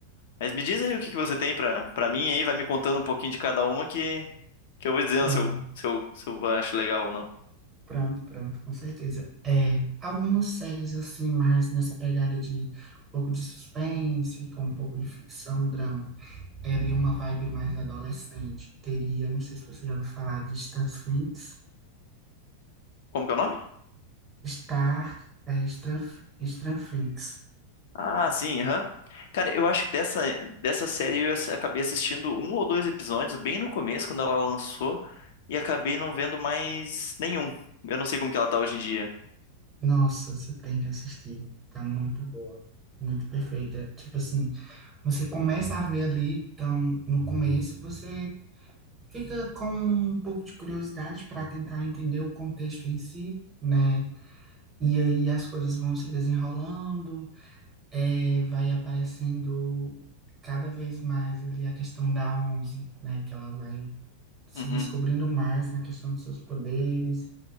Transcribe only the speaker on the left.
Mas me diz aí o que que você tem pra, pra mim aí, vai me contando um pouquinho de cada uma que eu vou dizendo
se eu, se eu, se eu acho legal ou não.
Como que é o nome?
Ah, sim, aham. Cara, eu acho que dessa, dessa série eu ass- acabei assistindo um ou dois episódios bem no começo, quando ela lançou, e acabei não vendo mais nenhum. Eu não sei como que ela tá hoje em dia.
Uhum.